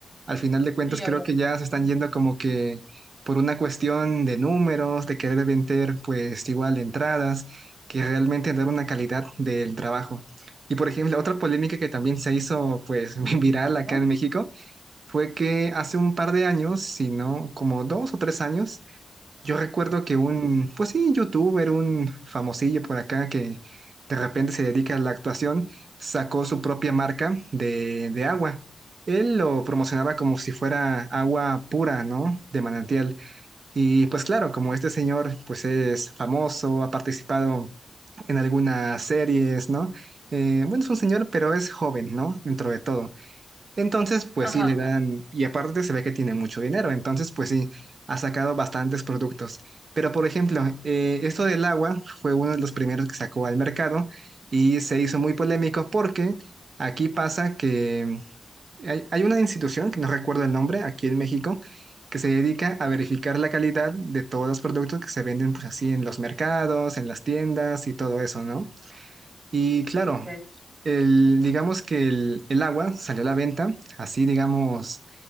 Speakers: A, on the right; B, on the right.
A: Al final de cuentas
B: Sí,
A: creo
B: obvio.
A: que ya se están yendo como que por una cuestión de números, de querer vender pues igual entradas, que realmente dar una calidad del trabajo. Y por ejemplo, otra polémica que también se hizo pues <laughs> viral
B: Ajá.
A: acá en México fue que hace un par de años, si no como dos o tres años, yo recuerdo que un, pues sí, youtuber, un famosillo por acá que de repente se dedica a la actuación, sacó su propia marca de, de agua. Él lo promocionaba como si fuera agua pura, ¿no? De manantial. Y pues claro, como este señor pues es famoso, ha participado en algunas series, ¿no? Eh, bueno, es un señor, pero es joven, ¿no? Dentro de todo. Entonces, pues
B: Ajá.
A: sí, le dan, y aparte se ve que tiene mucho dinero, entonces, pues sí, ha sacado bastantes productos. Pero, por ejemplo, eh, esto del agua fue uno de los primeros que sacó al mercado y se hizo muy polémico porque aquí pasa que hay, hay una institución, que no recuerdo el nombre, aquí en México, que se dedica a verificar la calidad de todos los productos que se venden, pues así, en los mercados, en las tiendas y todo eso, ¿no? Y claro,
B: Okay.
A: el, digamos que el, el agua salió a la venta, así digamos,